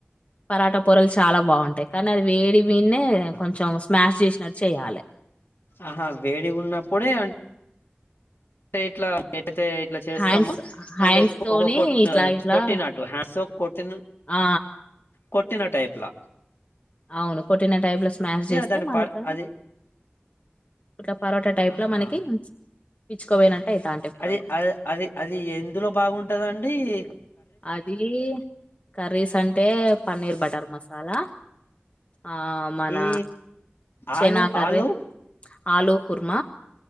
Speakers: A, on the left (about 35°); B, on the left (about 70°).
A: పరాటా పొరలు చాలా బాగుంటాయి కానీ అది వేడి బీన్న కొంచెం స్మాష్ చేసినట్టు చేయాలి
B: ఆహా వేడి ఉన్నప్పుడే అం ఇట్లా ఎట్తే ఇట్లా చేస్తాము
A: హ్యాండ్స్ హ్యాండ్స్
B: అంటే
A: తోని
B: ఒక కొట్
A: ఇట్లా ఇట్లా
B: కొట్టినటు హ్యాండ్స్ కొట్టి
A: ఆ
B: కొట్టిన టైప్లా
A: అవును కొట్టిన టైప్లో స్మాష్ చేస్తే
B: దాని
A: మనకు
B: ప అది
A: ఇట్లా పరోట టైప్లో
B: ఆహా
A: మనకి పిచ్చుకోపోయినట్టు అవుతా అంటే పొరలు
B: అది అ అది అది ఎందులో బాగుంటదండి రీ
A: అది కర్రీస్ అంటే పన్నీర్ బటర్ మసాలా ఆ మన
B: ఈ
A: చెనా
B: ఆలు
A: కర్రీ
B: ఆలు
A: ఆలూ కుర్మ